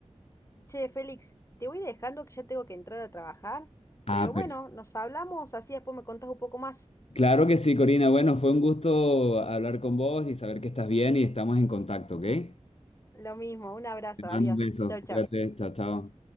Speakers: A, on the left; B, on the left.
A: Che, Félix, te voy dejando que ya tengo que entrar a trabajar,
B: Ah,
A: pero
B: perfecto.
A: bueno, nos hablamos, así después me contás un poco más.
B: Claro que sí, Corina. Bueno, fue un gusto hablar con vos y saber que estás bien y estamos en contacto, ¿ok? Te
A: Lo mismo, un abrazo, adiós.
B: mando un beso.
A: Chau,
B: Cuídate.
A: chau.
B: Chao, chao.